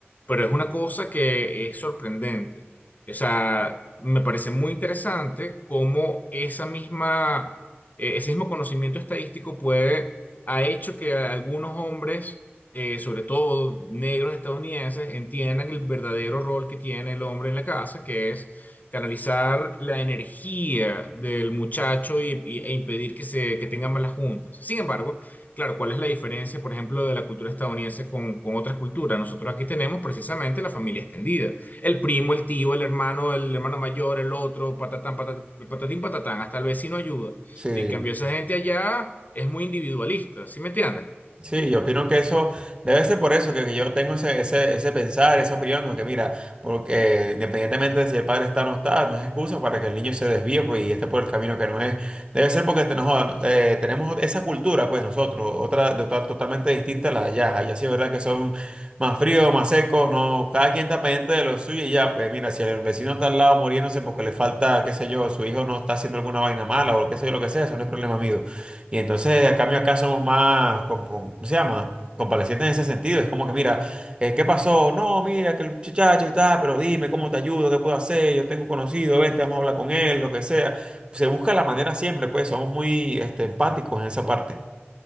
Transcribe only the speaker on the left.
pero es una cosa que es sorprendente. O sea, me parece muy interesante cómo esa misma, eh, ese mismo conocimiento estadístico puede, ha hecho que algunos hombres, eh, sobre todo negros estadounidenses, entiendan el verdadero rol que tiene el hombre en la casa, que es canalizar la energía del muchacho y, y- e impedir que, se, que tengan malas juntas. Sin embargo, claro, ¿cuál es la diferencia, por ejemplo, de la cultura estadounidense con, con otras culturas? Nosotros aquí tenemos precisamente la familia extendida el primo, el tío, el hermano, el hermano mayor, el otro, patatán, patatán, patatín, patatán, hasta el vecino ayuda.
En cambio, esa gente allá es muy individualista, ¿sí me entiendes?